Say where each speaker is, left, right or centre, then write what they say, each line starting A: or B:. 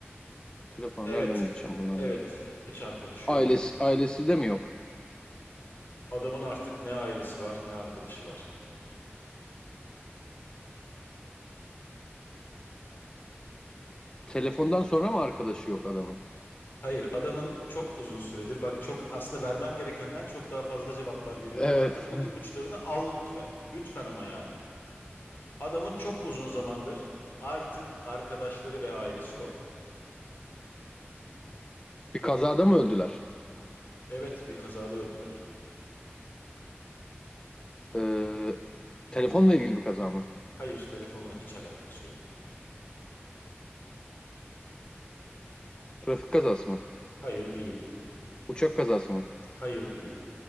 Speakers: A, on the left; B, on the left.
A: Telefona
B: Evet.
A: nereden geçeceğim buradan
B: Evet.
A: ya?
B: Hiç arkadaşı
A: Ailesi,
B: yok.
A: ailesi de mi yok?
B: Adamın artık ne ailesi var, ne arkadaşı var.
A: Telefondan sonra mı arkadaşı yok adamın?
B: Hayır, adamın çok uzun süredir bak çok aslında vermem gerekenden çok daha fazla cevaplar veriyorum.
A: Evet.
B: Artık bu ipuçlarını al lütfen. Lütfen ama yani. Adamın çok uzun zamandır artık arkadaşları ve ailesi yok.
A: Bir kazada mı öldüler?
B: Evet, bir kazada öldüler.
A: Ee, telefonla ilgili bir kaza mı?
B: Hayır, telefonla hiç alakası yok.
A: Trafik kazası mı?
B: Hayır değil.
A: Uçak kazası mı?
B: Hayır değil.